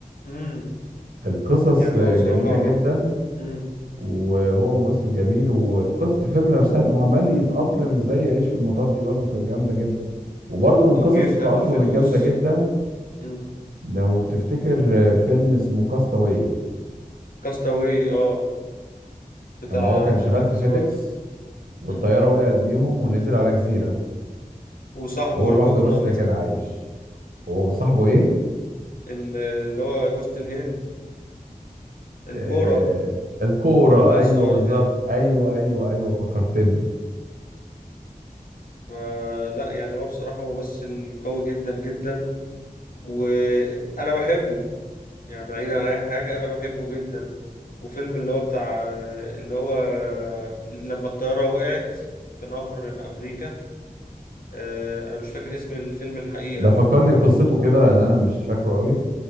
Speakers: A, on the left; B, on the right.
A: امم
B: القصص
A: يعني
B: جميلة
A: هو بصراحة
B: جدا
A: امم
B: وهو ممثل جميل وقصة الفيلم نفسها انه عمال يتأقلم ازاي يعيش في المطار دي برضه كانت جامدة جدا وبرضه من
A: ويفهم
B: قصص التأقلم
A: الفلوس
B: الجامدة جدا
A: امم
B: لو تفتكر فيلم اسمه كاستاوي
A: كاستاوي اه بتاع
B: لما هو كان
A: توم
B: شغال
A: هانكس
B: في فيديكس
A: برضو
B: والطيارة
A: امم
B: وقعت بيهم ونزل على جزيرة
A: وصاحبه
B: وهو
A: الكوكونات
B: لوحده بس اللي كان عايش هو وصاحبه ايه؟
A: ال- اللي هو جوزة الهند الكورة
B: آه الكورة
A: الكورة اللي هي
B: ايوه
A: الصغيرة
B: بالظبط
A: دي اه
B: ايوه ايوه ايوه فكرتني
A: فلا يعني هو بصراحة ممثل قوي جدا جدا وأنا بحبه يعني بعيد عن أي حاجة أنا بحبه جدا وفيلم اللي هو بتاع اللي هو لما الطيارة وقعت في نهر في أمريكا آه، أنا مش فاكر اسم الفيلم الحقيقة
B: ده فكرني بقصته كده لان انا مش فاكره قوي